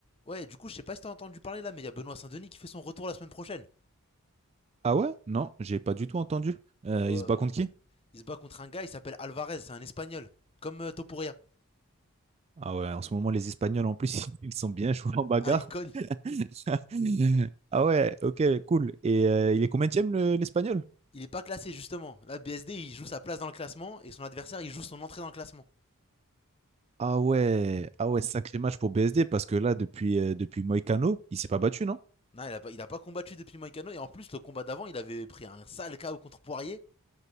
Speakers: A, on the left; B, on the right.
A: Ouais, du coup, je sais pas si t'as entendu parler là, mais il y a Benoît Saint-Denis qui fait son retour la semaine prochaine.
B: Ah ouais? Non, j'ai pas du tout entendu. Euh,
A: Euh,
B: il se bat contre qui?
A: il se bat contre un gars, il s'appelle Alvarez, c'est un espagnol. Comme euh, Topuria.
B: Ah ouais, en ce moment, les Espagnols, en plus, <laughs> ils sont bien joués en bagarre.
A: Ah, il cogne.
B: <laughs> Ah ouais, ok, cool. Et euh, il est combien le l'Espagnol?
A: Il est pas classé justement. Là, BSD, il joue sa place dans le classement et son adversaire, il joue son entrée dans le classement.
B: Ah ouais, ah ouais, sacré match pour BSD, parce que là, depuis, euh, depuis Moïcano, il s'est pas battu, non?
A: Non, il a pas, il a pas combattu depuis Moïcano et en plus, le combat d'avant, il avait pris un sale KO contre Poirier.